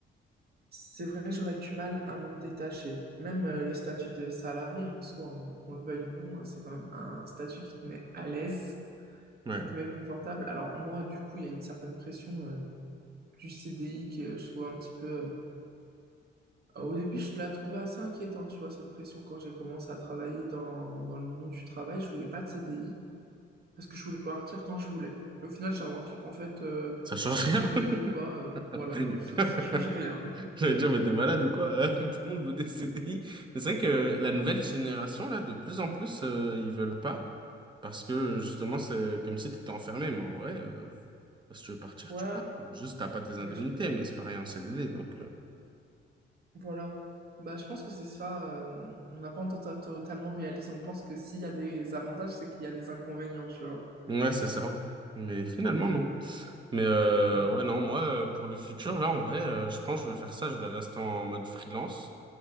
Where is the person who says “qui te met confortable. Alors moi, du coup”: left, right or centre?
Right